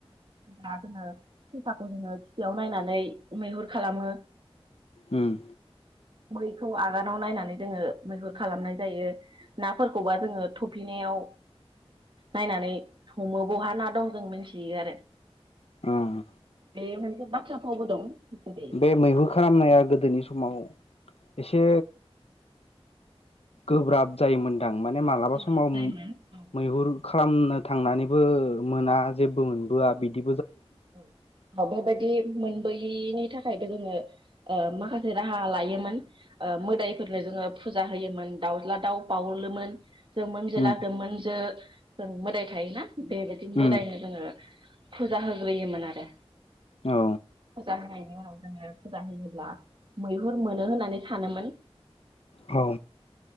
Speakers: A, on the right (about 50°); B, on the left (about 70°).
A: दा जोङो सेसाखौ जोङो <unintelligible> नायनानै मैहुर खालामो
B: उम
A: मैखौ आगानाव नायनानै जोङो मैहुर खालामनाय जायो नाफोरखौबा जों थफिनायाव नायनानै हमो बहा ना दं जों मिथियो आरो
B: उम
A: बे मोनसे बाथ्रा फावबो दं जेरै
B: बे मैहुर खालामनाया गोदोनि समाव एसे गोब्राब जायोमोनदां माने मालाबा
A: गोब्राब
B: समाव
A: जायोमोन औ
B: मैहुर खालामनो थांनानैबो मोना जेबो मोनबोआ बिदि
A: औ औ बेबायादि मोनबोयिनि थाखाय थाखायथ जोङो ओ माखासे राहा लायोमोन ओ मोदायफोरनो जोङो फुजा होयोमोन दाउज्ला दाउ बावलोमोन जोंमोन जोला
B: उम
A: जोममोन जो जों मोदाय थायोना बेबायदि मोदायनो
B: उम
A: जोङो फुजा हो योमोन आरो
B: औ
A: फुजा होनाय बिनि उनाव जोङो फुजा होयोब्ला मैहुर मोनो होननानै सानोमोन।
B: औ